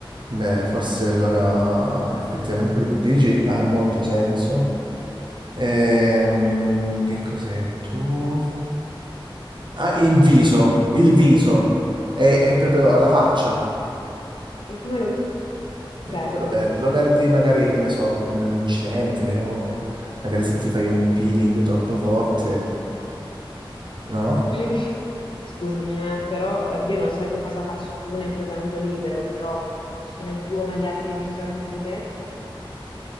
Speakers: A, on the right; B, on the left.
A: Beh, forse allora effettivamente quello che dici ha molto senso. Ehm, che cos'è tu? Ah, il viso, il viso, è, è proprio la faccia.
B: E come lo
A: E
B: perdi?
A: come lo perdi? Lo perdi magari, che ne so, in un incidente o magari se ti fai un peeling troppo forte, no?
B: Mm. <laughs> Scusami, eh, però eh, io non so che cosa faccia tu nel tuo tempo libero, però sono tuo ma gli altri mi usano più di te?